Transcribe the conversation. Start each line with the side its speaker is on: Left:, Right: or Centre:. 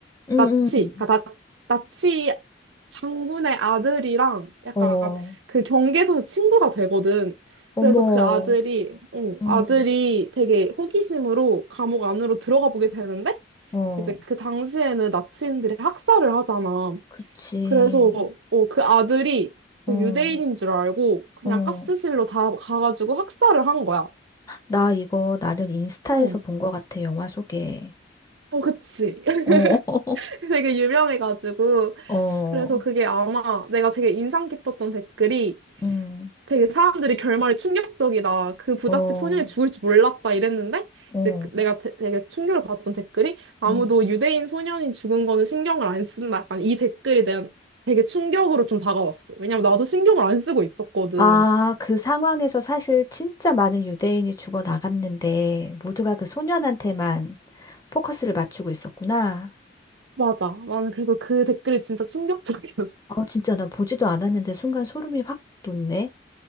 Left: 음,
Right: 나치,
Left: 음.
Right: 그러니까 나, 나치 장군의 아들이랑 약간
Left: 어,
Right: 그 경계에서 친구가 되거든.
Left: 어머,
Right: 그래서 그 아들이, 어,
Left: 음,
Right: 아들이 되게 호기심으로 감옥 안으로 들어가 보게 되는데,
Left: 어,
Right: 이제 그 당시에는 나치인들이 학살을 하잖아.
Left: 그치,
Right: 그래서 어, 그 아들이 그
Left: 어,
Right: 유대인인 줄 알고 그냥
Left: 어.
Right: 가스실로 다 가가지고 학살을 한 거야.
Left: 나 이거 나는 인스타에서
Right: 어,
Left: 본 거 같아, 영화 소개.
Right: 어, 그치. <laughs>
Left: 어, <laughs>
Right: 되게 유명해가지고.
Left: 어,
Right: 그래서 그게 아마 내가 되게 인상 깊었던 댓글이
Left: 음,
Right: 되게 사람들이 결말이 충격적이다. 그 부잣집
Left: 어,
Right: 소년이 죽을 줄 몰랐다 이랬는데
Left: 어,
Right: 이제 그- 내가 되- 되게 충격을 받았던 댓글이 아무도
Left: 음,
Right: 유대인 소년이 죽은 거는 신경을 안 쓴다. 약간 이 댓글이 한 되게 충격으로 좀 다가왔어. 왜냐면 나도 신경을 안 쓰고 있었거든.
Left: 아, 그 상황에서 사실 진짜 많은 유대인이 죽어 나갔는데 모두가 그 소년한테만 포커스를 맞추고 있었구나.
Right: 맞아. 나는 그래서 그 댓글이 진짜 충격적이었어.
Left: 아,
Right: <laughs>
Left: 진짜 난 보지도 않았는데 순간 소름이 확 돋네.